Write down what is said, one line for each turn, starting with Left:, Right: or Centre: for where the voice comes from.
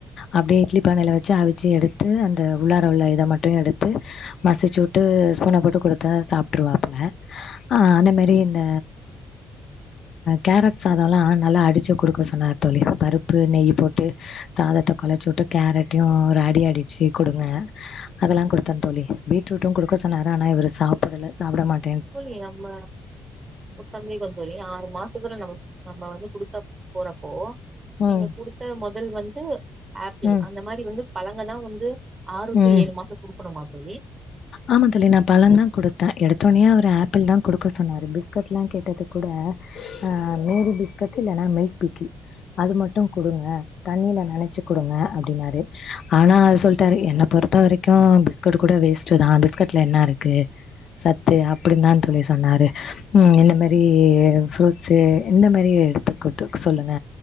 Left: அப்படியே இட்லி பானையில வச்சு அவிச்சு எடுத்து அந்த உள்ளார உள்ள இதை மட்டும் எடுத்து மசிச்சு விட்டு ஸ்பூனை போட்டு கொடு தா சாப்ட்டுருவாப்புல அந்த மாரி இந்த கேரட் சாதம்ல்லாம் நல்லா அடிச்சு கொடுக்க சொன்னார் தோழி பருப்பு நெய் போட்டு சாதத்தை கொலைச்சி விட்டு கேரட்டையும் ஒரு அடி அடிச்சு கொடுங்க அதெல்லாம் கொடுத்தேன் தோழி பீட்ரூட்டும் கொடுக்க சொன்னாரு ஆனா இவரு சாப் புடல சாப்ட மாட்
Right: தோழி நம்ம ஒரு சந்தேகம் தோழி ஆறு மாசத்துல நமம நம்ம வந்து குடுத்தா போறப்போ
Left: ம்.
Right: நீங்க குடுத்த முத ல் வந்து ஆப்பிள்
Left: ம்.
Right: அந்த மாரி வந்து பழங்கதான் வந்து ஆறு
Left: ம்
Right: டு ஏழு மாசோ குடுக்கணுமா தோழி
Left: ஆமா தோழி நான் பழ தான் கொடுத்தேன் எடுத்து தொனே ஒரு ஆப்பிள் தான் கொடுக்க சொன்னாரு பிஸ்கட்லாம் கேட்டது கூட ஆ மேரி பிஸ்கட் இல்லனா மில்க் பிக்கி அது மட்டும் கொடுங்க தண்ணியில நினச்சி கொடுங்க அப்படின்னாரு ஆனால் அது சொல்லிட்டாரு என்னை பொறுத்த வரைக்கும் பிஸ்கட் கூட வேஸ்ட் தான் பிஸ்கட்ல என்ன இருக்கு சத்து அப்படின்னு தான் தோழி சொன்னாரு இந்த மாரி ஃப்ரூட்ஸ்சு இந்த மாரி எடுத்துட்டு சொல்லுங்க